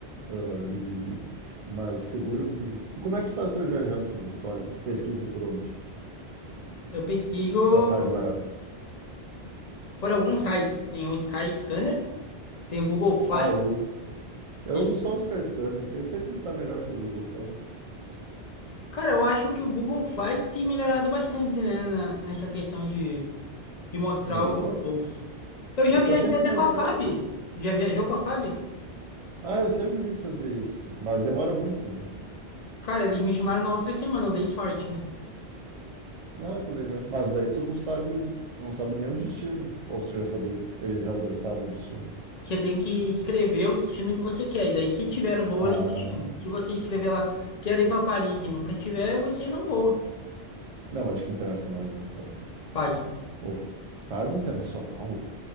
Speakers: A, on the right; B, on the left.
A: Ah, e... Mas seguro vi. E como é que tu faz para viajar? Tu, tu, olha- tu pesquisa por onde?
B: Eu pesquiso
A: Passagem barata.
B: por alguns sites. Tem o Sky Scanner, tem o Google Flights.
A: Ah, eu uso. Eu
B: que-
A: uso só o Skyscanner, porque sempre está melhor que o Google Fly.
B: Cara, eu acho que o Google Flights tem melhorado bastante, né, na- nessa questão de, de mostrar
A: Melhorou?
B: os voos. Eu
A: Está
B: já viajei
A: sempre
B: até
A: mais
B: com a
A: caro.
B: FAB. Já viajou com a FAB?
A: Ah, eu sempre quis fazer isso, mas demora muito, né?
B: Cara, eles me chamaram na outra semana, eu dei sorte, né?
A: Ah, que legal. Mas daí tu não sabe, o- tu não sabe nem o destino. Ou tu já sabia, o- eles já da- sabem o destino.
B: Você tem que escrever o destino que você quer. E daí, se tiver o voo,
A: Ah,
B: eles te chamam. Se você escrever lá, quero ir para Paris e nunca tiver, você não voa.
A: não, mas acho que internacional eles não fazem.
B: Pague.
A: Ou fazem internacional?